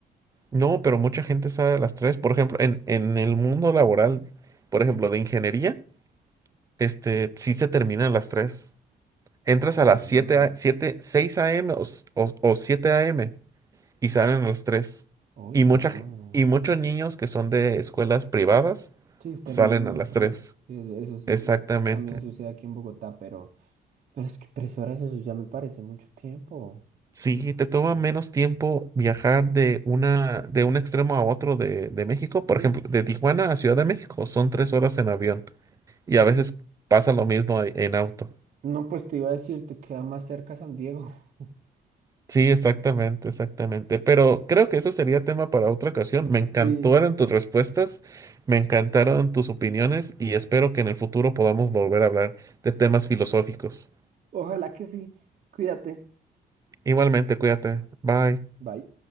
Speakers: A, on the right; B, on the right.
A: No, pero mucha gente sale a las tres. Por ejemplo, en, en el mundo laboral, por ejemplo, de ingeniería, este, sí se termina a las tres. Entras
B: Uy,
A: a las 7
B: no.
A: a- siete, seis a m o, s- o- o 7 a.m. y salen a las tres
B: Uy,
A: Y,
B: no.
A: mucha, g- y muchos niños que son de escuelas privadas
B: Sí, se terminan
A: salen
B: a
A: a
B: las
A: las
B: tres
A: tres
B: Sí, Eso, eso sí
A: Exactamente.
B: es- también sucede aquí en Bogotá, pero, pero es que 3 horas eso ya me parece mucho tiempo.
A: Sí, te toma menos tiempo viajar de, una, de un extremo a otro de, de México. Por
B: Mm,
A: ejemplo, de Tijuana a Ciudad de México son 3 horas en avión. Y a veces pasa lo mismo en auto.
B: No, pues te iba a decir, te queda más cerca San Diego. <laughs>
A: Sí, exactamente, exactamente. Pero creo que eso sería tema para otra ocasión. Me encantaron
B: Sí.
A: tus respuestas, me encantaron tus opiniones y espero que en el futuro podamos volver a hablar de temas filosóficos.
B: Ojalá que sí. Cuídate.
A: Igualmente, cuídate. Bye.
B: Bye.